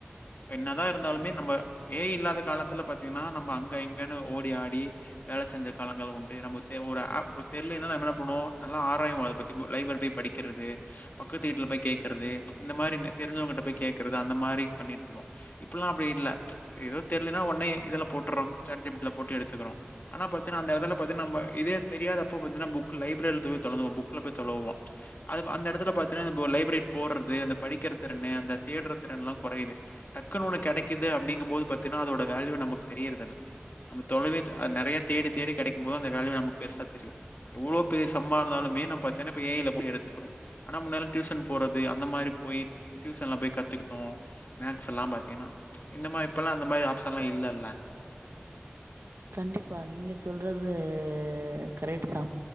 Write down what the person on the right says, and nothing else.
கண்டிப்பா நீங்க சொல்றது கரெக்ட்டு தா